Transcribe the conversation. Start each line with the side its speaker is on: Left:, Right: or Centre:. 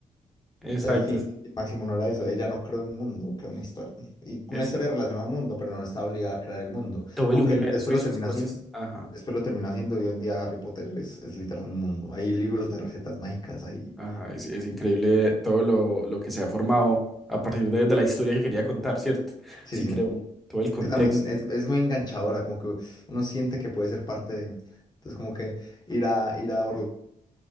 Centre: exacto,
Left: el fin
Centre: es-
Left: máximo no era eso, ella no creó un mundo, creó una historia, y una
Centre: es
Left: historia relacionada a un mundo, pero no está obligada a crear el mundo,
Centre: todo el
Left: aunque
Centre: universo
Left: él después lo
Centre: y sus
Left: termina
Centre: cosas.
Left: haciendo,
Centre: Ajá,
Left: después lo termina haciendo, y hoy en día Harry Potter es, es literal un mundo, hay libros de recetas mágicas, hay,
Centre: ajá, es, es increíble todo lo, lo que se ha formado a partir de, de la historia que quería contar, ¿cierto?
Left: sí,
Centre: Sí,
Left: sí.
Centre: creo, todo el contexto.
Left: que también es, es muy enganchadora, como que uno siente que puede ser parte de. Entonces, como que ir a ir a Orlando